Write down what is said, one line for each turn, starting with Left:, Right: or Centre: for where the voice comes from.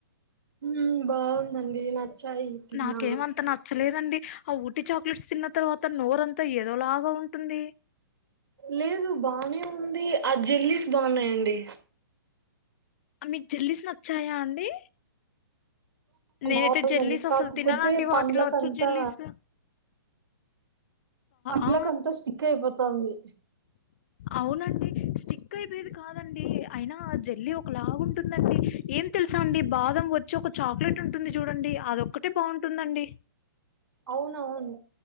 Right: ఆ బాగుందండి నచ్చాయి తిన్నాను
Left: నాకేమంత నాచ్చ నచ్చలేదండి ఆ ఊట్టి చాక్లెట్స్ తిన్న తర్వాత నోరంతా ఏదోలాగా ఉంటుంది
Right: లేదు బానే ఉంది. ఆ జెల్లీస్ బాగున్నాయండి
Left: మీకు జల్లిస్ నాచ్చాయా అండి. నేనైతే
Right: బాగుందండి
Left: జల్లీస్ అసలు
Right: కాకపోతే
Left: తిన్నాను అండి వాటిలో
Right: పండ్లకంతా
Left: వచ్చే జల్లీస్
Right: పనీ
Left: ఆ
Right: లోకి అంతా స్టిక్ అయిపోత ఉంది.
Left: అవునండి స్టిక్ అయిపోయేది కాదండి. అయినా జల్లి ఒక లాగుంటుందండి ఏం తెలుసా అండి. బాదం వచ్చి ఒక చాక్లెట్ ఉంటుంది. చూడండి అదొక్కటే బాగుంటుందండి.
Right: అవును అవును